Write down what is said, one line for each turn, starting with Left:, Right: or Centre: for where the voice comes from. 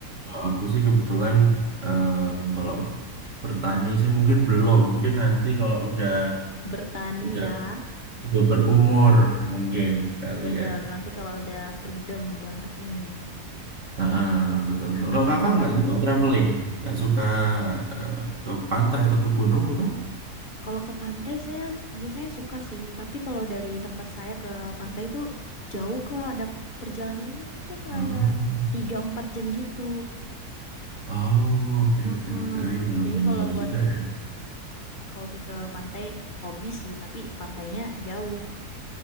Right: Kalau aku sih kebetulan em, kalau bertani sih mungkin belum. Mungkin nanti kalau udah
Left: Bertani
Right: udah
Left: ya.
Right: udah berumur mungkin kali
Left: Bener,
Right: ya.
Left: nanti kalau udah freedom banget nih.
Right: Ah, ah, betul betul.
Left: <laughs>
Right: Kalau kakak nggak suka traveling, nggak suka eh, ke pantai atau ke gunung gitu?
Left: Kalau ke pantai saya s- biasanya suka sih, tapi kalau dari tempat saya ke pantai itu jauh Kak, ada perjalanannya ku- tuh kayak
Right: Oh,
Left: tiga empat jam gitu.
Right: oh, oke
Left: Mm-mm.
Right: oke oke. Ya lumayan
Left: Jadi kalau
Right: jauh
Left: buat
Right: juga ya.
Left: hobi ke pantai, hobi sih, tapi pantainya jauh.